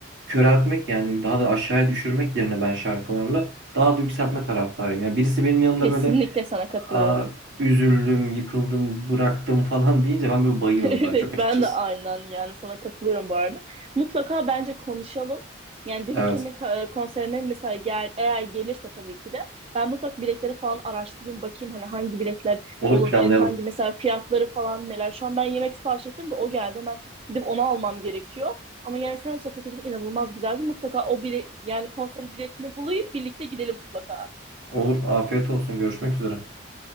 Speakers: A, on the right (about 65°); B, on the right (about 30°).
A: köreltmek yani daha da aşağıya düşürmek yerine ben şarkılarla daha da yükseltme taraftarıyım. Yani birisi benim yanımda
B: Kesinlikle
A: böyle
B: sana katılıyorum.
A: Aa, üzüldüm, yıkıldım, bıraktım falan deyince ben böyle bayıyorum
B: <laughs> Evet
A: daha çok açıkçası.
B: ben de aynen yani sana katılıyorum bu arada. Mutlaka bence konuşalım. Yani The
A: Evet.
B: Weeknd'in ka- e, konserine mesela gel, eğer gelirse tabii ki de ben mutlaka biletleri falan araştırayım bakayım hani hangi biletler
A: Olur
B: olabilir
A: planlayalım.
B: hangi mesela fiyatları falan neler. Şu an ben yemek sipariş ettim de o geldi ben gidip onu almam gerekiyor. Ama yani sen sohbet edip inanılmaz güzeldi. Mutlaka o bile yani konserin biletini bulayım birlikte gidelim mutlaka.
A: Olur. Afiyet olsun. Görüşmek üzere.